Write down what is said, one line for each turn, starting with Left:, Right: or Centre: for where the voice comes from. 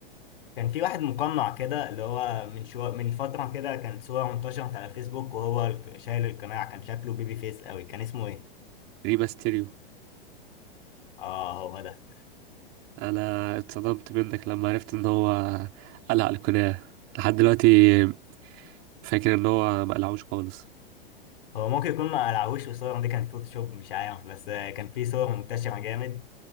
Left: كان في واحد مقنع كده اللي هو من شو من فترة كده كانت صورة انتشرت على فيسبوك وهو الك- شايل القناع كان شكله بيبي فيس قوي كان اسمه ايه؟
Right: ريما ستيريو
Left: اه هو ده
Right: أنا اتصدمت منك لما عرفت إن هو قلع القناع لحد دلوقتي فاكر إن هو ما قلعوش خالص
Left: هو ممكن يكون ما قلعهوش والصور دي كانت فوتوشوب مش عارف بس آه، كان في صور منتشرة جامد